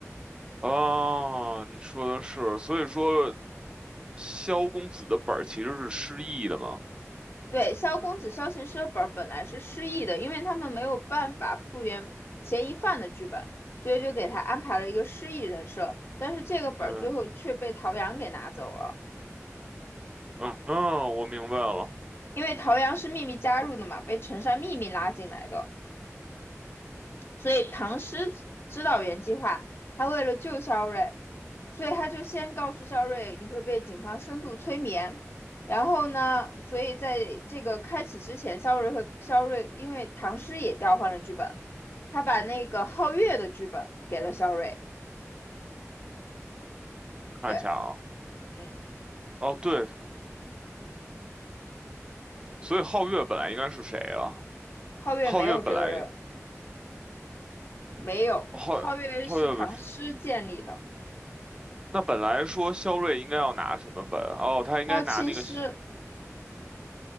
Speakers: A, on the right (about 20°); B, on the left (about 50°).
A: 啊，你说的是，所以说萧公子的本儿其实是失忆的嘛？
B: 对，萧公子、萧琴师的本儿本来是失忆的，因为他们没有办法复原嫌疑犯的剧本，所以就给他安排了一个失忆人设。但是这个本儿最后却被陶阳给拿走了，
A: 对，嗯嗯，我明白了，
B: 因为陶阳是秘密加入的嘛，被陈山秘密拉进来的，所以唐诗知道原计划，他为了救萧睿。所以他就先告诉肖瑞，你会被警方深度催眠。然后呢，所以在这个开启之前，肖瑞和肖瑞，因为唐诗也调换了剧本，他把那个皓月的剧本给了肖瑞。对，
A: 看一下啊，
B: 嗯，
A: 哦对，所以皓月本来应该是谁啊？
B: 皓月没有这个人，
A: 皓月本来，
B: 没有，
A: 皓皓月本是，
B: 皓月是唐诗建立的，
A: 那本来说萧睿应该要拿什么本？哦，他应该拿那个。
B: 萧琴诗，